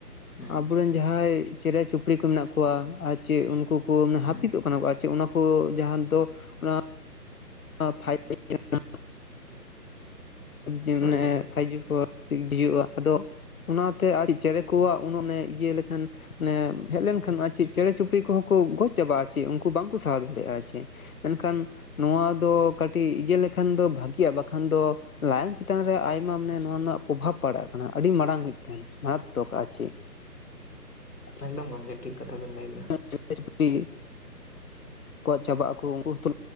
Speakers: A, on the left; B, on the left.
A: ᱦᱩᱸ
B: ᱟᱵᱚᱨᱮᱱ ᱡᱟᱦᱟᱸᱭ ᱪᱮᱬᱮ ᱪᱩᱯᱲᱤ ᱠᱚ ᱢᱮᱱᱟᱜ ᱠᱚᱣᱟ ᱟᱨ ᱪᱮᱫ ᱩᱱᱠᱩ ᱠᱚ ᱢᱟᱱᱮ
A: ᱦᱩᱸ
B: ᱦᱟᱹᱯᱤᱫᱚᱜ ᱠᱟᱱᱟ ᱠᱚ ᱟᱨ ᱪᱮ ᱚᱱᱟ ᱠᱚ ᱡᱟᱦᱟᱸ ᱫᱚ ᱚᱱᱟ ᱯᱷᱟᱭᱤᱯ ᱡᱤ <unintelligible> ᱡᱮ ᱢᱟᱱᱮ
A: ᱦᱳᱭ ᱜᱚᱝᱠᱮ
B: ᱯᱷᱟᱭᱤᱵᱷ ᱡᱤ ᱯᱚᱨ ᱦᱩᱭᱩᱜᱼᱟ ᱟᱫᱚ ᱚᱱᱟ ᱛᱮ ᱟᱹᱰᱤ ᱪᱮᱬᱮ ᱠᱚᱣᱟᱜ ᱩᱱᱟᱹᱜ ᱮᱢ ᱤᱭᱟᱹ ᱞᱮᱠᱷᱟᱱ ᱦᱮᱡ ᱞᱮᱱᱠᱷᱟᱱ ᱟᱨ ᱪᱮᱫ ᱪᱮᱬᱮ ᱪᱩᱯᱲᱤ ᱠᱚᱦᱚᱸ ᱠᱚ ᱜᱚᱡ ᱪᱟᱵᱟᱜᱼᱟ ᱪᱮ ᱩᱱᱠᱩ ᱵᱟᱝᱠᱚ ᱥᱟᱦᱟᱣ ᱫᱟᱲᱮᱭᱟᱜᱼᱟ ᱟᱨ ᱪᱮ ᱮᱱᱠᱷᱟᱱ ᱱᱚᱣᱟ ᱫᱚ ᱠᱟᱹᱴᱤᱡ ᱤᱭᱟᱹ ᱞᱮᱠᱷᱟᱱ ᱫᱚ ᱵᱷᱟᱹᱜᱤᱜᱼᱟ ᱵᱟᱠᱷᱟᱱ ᱫᱚ ᱞᱟᱭᱚᱝ ᱪᱮᱛᱟᱱ ᱨᱮ ᱟᱭᱢᱟ ᱢᱟᱱᱮ ᱱᱚᱣᱟ ᱨᱮᱱᱟᱜ ᱯᱨᱚᱵᱷᱟᱵᱽ ᱯᱟᱲᱟᱜ ᱠᱟᱱᱟ ᱟᱹᱰᱤ ᱢᱟᱨᱟᱝ ᱢᱤᱫᱴᱮᱱ ᱢᱟᱨᱟᱛᱛᱚᱠ ᱟᱨ ᱪᱮᱫ
A: ᱮᱠᱫᱚᱢ ᱜᱚᱢᱠᱮ ᱴᱤᱠ ᱠᱟᱛᱷᱟ ᱵᱤᱱ ᱞᱟᱹᱭ ᱮᱫᱟ
B: <inaudible> ᱜᱚᱡ ᱪᱟᱵᱟᱜ ᱟᱠᱚ ᱩᱱᱠᱩ ᱦᱚᱸ ᱛᱚ